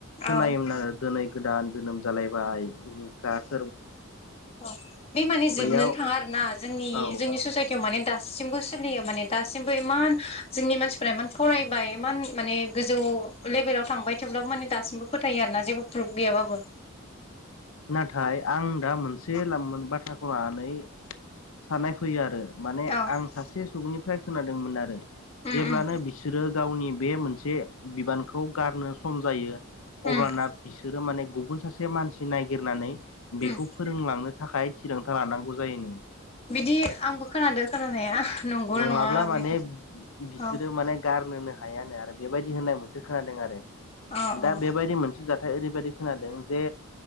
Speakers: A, on the left; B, on the left.
A: खोनायोमोन
B: औ
A: आरो दिनै गोदान जोनोम जालाय बाय <unintelligible>
B: अ बे माने जोबनोनो
A: बैयाव
B: थाङा आरोना जोंनि
A: औ
B: जोंनि ससाइटियाव माने दासिम दासिमबो सोलियो माने दासिमबो इमान जोंनि मानसिफ्रा इमान फरायबाय इमान माने गोजौ लभेलाव थांबाय थोबब्लाबो माने दासिमबो फोथायो आरोना जेबो प्रुफ गैयाबाबो
A: नाथाय आं दा मोनसे लाम बाथ्राखौ लानानै साननाय फैयो आरो माने
B: औ औ
A: आं सासे सुबुंनिफ्राय खोनादोंमोन आरो
B: उम
A: जेब्लानो
B: उम
A: बिसोरो गावनि बे मोनसे बिबानखौ गारनो सम जायो
B: उम
A: अब्लाना बिसोरो माने गुबुन सासे मानसि ननायागिरनानै
B: उम
A: बेखौ फोरोंलांनो थाखाय थिरांथा लानांगौ जायोननो
B: बिदि आंबो खोनादादों खोनानाया नंगौना
A: नङाब्ला
B: नङा
A: माने
B: बे
A: बिसोरो
B: औ
A: माने गारनोनो हायानो आरो बेबायदि होननाय मोनसे खोनादों आरो
B: औ
A: दा
B: औ
A: बेबायदि मोनसे जाथाय नाथाय ओरैबायदि खोनादों जे